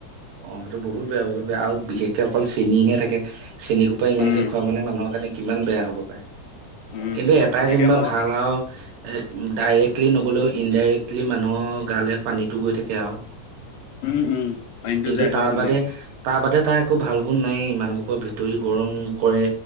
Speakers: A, on the right; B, on the left.
A: অ সেইটো বহুত বেয়া বহুত বেয়া আৰু বিশেষকে অকল চেনিহে থাকে চেনী খোপা ইমানকে
B: উম,
A: খোৱা মানে মানুহৰ কাৰণে কিমান বেয়া হ'ব পাৰে। <unintelligible>
B: উম,
A: কিন্তু
B: উম,
A: এটাই
B: তাকে
A: যেনিবা
B: মই
A: ভাল আও এক ডাইৰেক্টলি নগ'লেও ইনডাইৰেক্টলি মানুহৰ গালে পানীটো গৈ থাকে আও। <unintelligible>
B: উম, উম, পানীটো
A: কিন্তু
B: যায়
A: তাৰ
B: বাৰু তেনেকে
A: বাদে তাৰ বাদে টা একো ভাল গুণ নাই এ মানুহবোৰক ভিতৰি গৰম কৰে